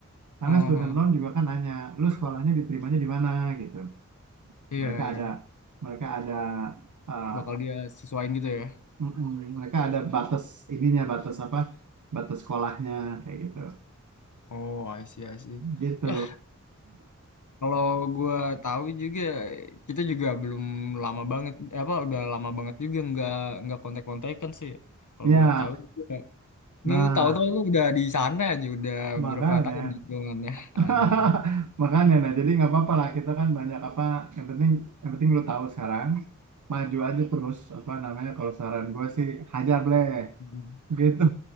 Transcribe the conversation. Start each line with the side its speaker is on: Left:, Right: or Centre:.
Right: Karena
Left: Oh, oh,
Right: student loan
Left: oh.
Right: juga kan nanya, lu sekolahnya diterimanya di mana gitu.
Left: iya
Right: Mereka
Left: iya
Right: ada mereka ada eh,
Left: bakal dia sesuaiin gitu ya
Right: mm, mm, mereka ada batas ininya batas apa? Batas sekolahnya kayak gitu.
Left: oh I see I see
Right: Gitu.
Left: ya kalau gua tahu juga kita juga belum lama banget eh, apa udah lama banget juga nggak nggak kontak-kontakan sih ya. kalau
Right: Ya,
Left: gua tahu juga
Right: nah
Left: ini lu tahu-tahu lu udah di sana aja udah
Right: makanya
Left: berapa tahun hitungannya <laughs>
Right: <laughs>
Left: anjir
Right: Makanya nah jadi nggak apa-apa lah kita kan banyak apa yang penting yang penting lu tahu sekarang maju aja terus apa namanya kalau saran gue sih hajar bleh
Left: Mhm.
Right: gitu